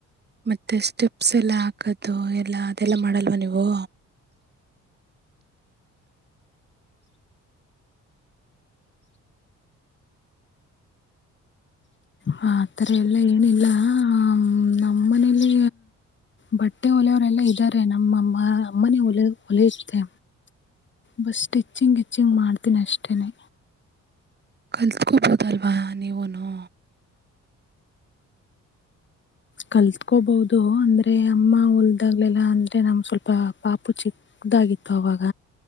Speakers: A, on the right; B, on the left.
A: ಮತ್ತೆ ಸ್ಟೆಪ್ಸ್ ಎಲ್ಲ ಹಾಕದು ಎಲ್ಲ ಅದೆಲ್ಲ ಮಾಡಲ್ವ ನೀವು.
B: ಹ ಆತರ ಎಲ್ಲ ಏನಿಲ್ಲ ಹ ನಮ್ಮ ಮನೇಲಿ. ಬಟ್ಟೆ ಹೊಲೆಯವರೆಲ್ಲ ಇದ್ದಾರೆ ನಮ್ಮಮ್ಮ ಅಮ್ಮನೇಲೆ ಹೊಲಿಯುತ್ತೆ. ಬಸ್ ಸ್ಟಿಚ್ಚಿಂಗ್ ಗಿಚ್ಚಿಂಗ್ ಮಾಡ್ತೀನಿ ಅಷ್ಟೇನೆ.
A: ಕಲ್ತ್ಕೋಬೋದಲ್ವಾ ನೀವುನು.
B: ಕಲ್ತ್ಕೋಬಹುದು ಅಂದ್ರೆ ಅಮ್ಮ ಉಲ್ದಾಗ್ಲೆಲ್ಲ ಅಂದ್ರೆ ನಮ್ ಸ್ವಲ್ಪ ಪಾಪು ಚಿ <unintelligible> ದಾಗಿತ್ತು ಆವಾಗ.